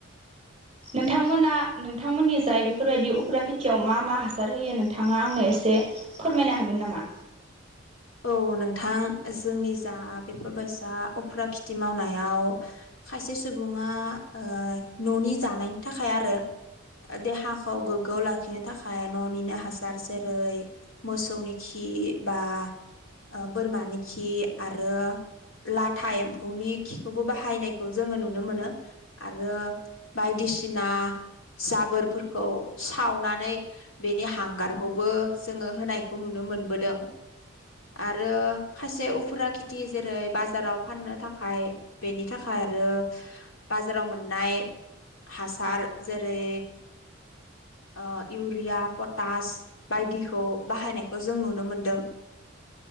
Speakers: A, on the right; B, on the left.
A: नोंथांमोना नोंथांमोननि जाय बेफोरबायदि उफ्रा खेथियाव मा मा हासार होयो नोंथाङा आंनो एसे फोरमायनो हागोन नामा
B: औ नोंथां जोंनि जा बेफोरबायसा उफ्रा खिथि मावनायाव खायसे सुबुङा ओ ननि जानायनि थाखाय आरो। ओ देहाखौ गोग्गोआव लाखिनो थाखाय ननिनो हासार जेरै मोसौनि खि बा ओ बोरमानि खि आरो लाथा एम्फौनि खिखौबो बाहायनायखौ जोङो नुनो मोनो आरो बायदिसिना जाबोरफोरखौ सावनानै बेनि हांगारखौबो जोङो होनायखौ नुनो मोनबोदों आरो खायसे उफुरा खेथि जेरै बाजाराव फाननो थाखाय बेनि थाखाय आरो बाजाराव मोननाय हासार जेरै ओ इउरिया पटास बायदिखौ बाहायनायखौ जों नुनो मोनदों